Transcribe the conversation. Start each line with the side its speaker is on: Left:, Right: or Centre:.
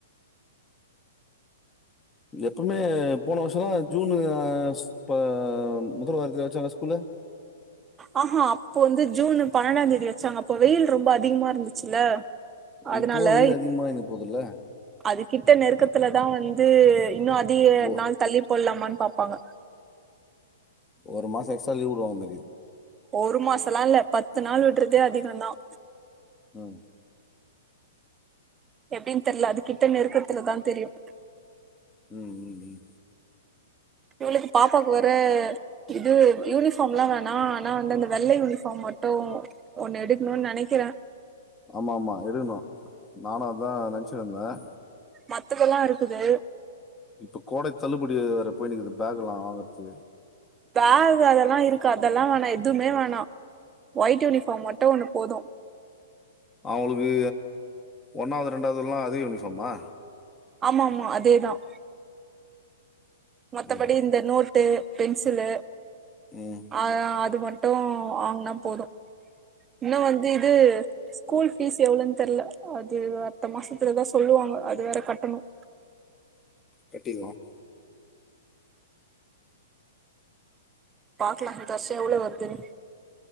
Left: எப்பவுமே போன வருஷம்ல்லா ஜூன் இப்ப முதல் வார தேதி வச்சாங்க ஸ்கூல்லு
Right: ஆஹஹா அப்போ வந்து ஜூன் பன்னெண்டாம் தேதி வச்சாங்க அப்ப வெயில் ரொம்ப அதிகமா இருந்துச்சுல்ல அதனால
Left: இப்பவு வெயில் அதிகமாயினு போதுல்ல
Right: அது கிட்ட நெருக்கத்துலதான் வந்து இது இன்னும் அதிக
Left: ஓ
Right: நாள் தள்ளி போடலாமான் பார்ப்பாங்க
Left: ஒரு மாசம் எக்ஸ்ட்ரா லீவு விடுவாங்க மாரி
Right: ஒரு மாசல்லாம் இல்ல பத்து நாள் விடுறதே அதிகதான்
Left: ஹம்
Right: எப்படின்னு தெரில அது கிட்ட நெருக்கத்துலதான் தெரியும்
Left: உஹம் உம் உம்
Right: இவளுக்கு பாப்பாக்கு வேற இதுவும் இருக் யூனிஃபார்ம் லாம் வேணாம் ஆனா வந்து அந்த வெள்ளை யூனிஃபார்ம் மட்டும் ஒண்ணு எடுக்கணும்னு நெனைக்கிறேன்
Left: ஆமா ஆமா எடுக்கணும் நானும் அதான் நெனச்சினு இருந்தேன்
Right: மத்ததெல்லாம் இருக்குது
Left: இப்ப கோடை தள்ளுபடி வேற போயினுக்குது பேகுலாம் வாங்கறத்துக்கு
Right: பேக் அதெல்லாம் இருக்கு அதெல்லாம் வேணாம் எதுவுமே வேணா ஒயிட்யூனிஃபாம் மட்டும் ஒன்னு போதும்
Left: அவளுக்கு ஒன்னாவது ரெண்டாவதுல்லாம் அதே யூனிஃபாம்மா
Right: ஆமா ஆமா அதேதான் மத்தபடி
Left: ம்
Right: இந்த நோர் நோட்டு பென்சிலு
Left: ம்
Right: ஆஹ் அது மட் அது மட்டும் வாங்கனா போதும் இன்னும் வந்து இது ஸ்கூல் பீஸ் எவ்ளவுன்னு தெரில அது அடுத்த மாசத்துலதான் சொல்லுவாங்க அது வேற கட்டணும்
Left: கட்டிலாம்
Right: பாக்கலாம் அடுத்த வருசம் எவ்வளவு வருதுன்னு